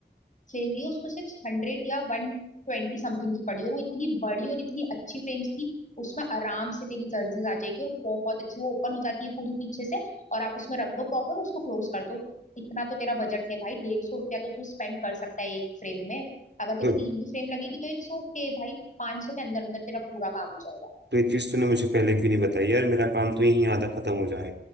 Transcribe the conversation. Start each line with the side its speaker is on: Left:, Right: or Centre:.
Left: फ्रेम ली उसको सिर्फ हंड्रेड या वन ट्वेंटी समथिंग की पड़ी और वो इतनी बड़ी और इतनी अच्छी फ्रेम्स थी उसमें आराम से तेरी जर्सीज आ जाएगी और बहुत अच्छी वो ओपन हो जाती है पूरी पीछे से और आप उसमें रख दो प्रॉपर उसको क्लोज कर दो इतना तो तेरा बजट है भाई डेढ़ सौ रुपया तो तू स्पेंड कर सकता है एक फ्रेम में अगर तेरे
Right: हम्म
Left: को तीन भी फ्रेम लगेगी तो इट्स ओके भाई पाँच सौ के अंदर अंदर तेरा पूरा काम हो जाएगा
Right: तो ये चीज तूने मुझे पहले क्यों नहीं बताई यार मेरा काम तो यहीं आधा खत्म हो जाए